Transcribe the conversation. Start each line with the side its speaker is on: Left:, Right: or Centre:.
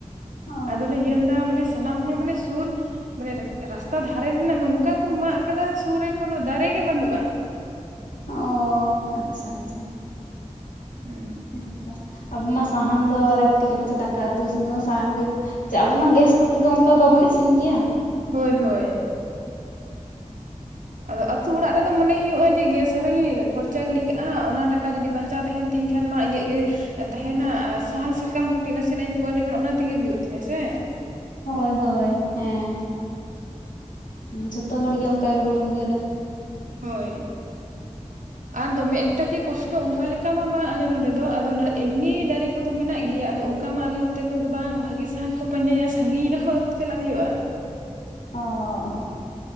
Left: ᱚ
Right: ᱟᱫᱚᱞᱮ ᱧᱮᱞᱫᱟ ᱢᱟᱱᱮ ᱥᱟᱱᱟᱢ ᱦᱚᱲ ᱢᱟᱱᱮ ᱥᱩᱨ ᱢᱟᱱᱮ ᱨᱟᱥᱛᱟ ᱫᱷᱟ ᱫᱷᱟᱨᱮ ᱨᱮᱱᱟᱜ ᱱᱚᱝᱠᱟ ᱠᱚ ᱢᱟᱜ ᱟᱠᱟᱫᱟ ᱥᱩᱨ ᱨᱮ ᱠᱳᱱᱚ ᱫᱟᱨᱮᱜ ᱜᱮ ᱵᱟᱹᱱᱩᱜᱼᱟ᱾
Left: ᱚ ᱟᱪᱪᱷᱟ ᱟᱪᱪᱷᱟ᱾
Right: ᱦᱩᱸ
Left: ᱦᱮᱸᱛᱚ, ᱟᱵᱚ ᱢᱟ ᱥᱟᱦᱟᱱ ᱫᱚ ᱞᱟᱹᱠᱛᱤ ᱠᱟᱱᱟ ᱥᱮ ᱫᱟᱠᱟ ᱩᱛᱩ ᱤᱥᱤᱱ ᱢᱟ ᱥᱟᱦᱟᱱ ᱜᱮ ᱪᱟᱜ ᱟᱵᱚ ᱢᱟ ᱜᱮᱥ ᱠᱚᱛᱮ ᱫᱚ ᱚᱱᱠᱟ ᱵᱟᱵᱚᱱ ᱤᱥᱤᱱ ᱜᱮᱭᱟ᱾
Right: ᱦᱳᱭ ᱦᱳᱭ᱾ ᱟᱫᱚ ᱟᱛᱩ ᱚᱲᱟᱜ ᱨᱮᱫᱚ ᱢᱚᱱᱮ ᱦᱩᱭᱩᱜᱼᱟ ᱡᱮ ᱜᱮᱥ ᱟᱨᱦᱚᱧ ᱠᱷᱚᱨᱪᱟ ᱜᱤᱰᱤ ᱠᱟᱜᱼᱟ, ᱚᱱᱟ ᱴᱟᱠᱟ ᱡᱩᱫᱤ ᱵᱟᱧᱪᱟᱣ ᱛᱟᱦᱮᱱᱟ ᱛᱤᱧ ᱠᱷᱟᱱ ᱢᱟ ᱤᱧᱟᱹᱜ ᱜᱮ ᱛᱟᱦᱮᱱᱟ᱾ ᱟᱨ ᱥᱟᱦᱟᱱ ᱥᱟ ᱠᱟᱢ ᱠᱟᱹᱴᱤᱡ ᱱᱟᱥᱮᱱᱟᱜ ᱤᱧ ᱯᱚᱱ ᱞᱮᱠᱷᱟᱱ ᱚᱱᱟ ᱛᱮᱜᱮ ᱦᱳᱭᱳᱜ ᱛᱤᱧᱟᱹ ᱥᱮ᱾
Left: ᱦᱳᱭ ᱦᱳᱭ ᱦᱮᱸ, ᱡᱷᱚᱛᱚ ᱦᱚᱲ ᱜᱮ ᱚᱱᱠᱟ ᱜᱮᱵᱚᱱ ᱩᱭᱦᱟᱹᱨᱟ᱾
Right: ᱦᱳᱭ
Left: <inaudible>
Right: ᱟᱨ ᱫᱚᱢᱮ ᱮᱠᱴᱟ ᱡᱮ ᱠᱚᱥᱴᱚ ᱚᱱᱠᱟ ᱞᱮᱠᱟ ᱢᱟ ᱵᱟᱝ ᱟᱞᱮ ᱱᱚᱰᱮ ᱫᱚ᱾ ᱟᱫᱚ ᱚᱱᱟ ᱮᱢᱱᱤ ᱫᱟᱨᱮ ᱠᱚᱫᱚ ᱢᱮᱱᱟᱜ ᱜᱮᱭᱟ, ᱟᱫᱚ ᱚᱱᱠᱟ ᱢᱟ ᱟᱞᱮ ᱱᱚᱛᱮᱱ ᱠᱚᱫᱚ ᱵᱟᱝ, ᱵᱷᱟᱹᱜᱮ ᱥᱟᱦᱟᱱ ᱠᱚ ᱯᱟᱸᱡᱟᱭᱟ ᱥᱟᱺᱜᱤᱧ ᱨᱮᱦᱚᱸ ᱟᱹᱜᱩ ᱪᱟᱞᱟᱜ ᱦᱳᱭᱳᱜᱼᱟ᱾
Left: ᱚ,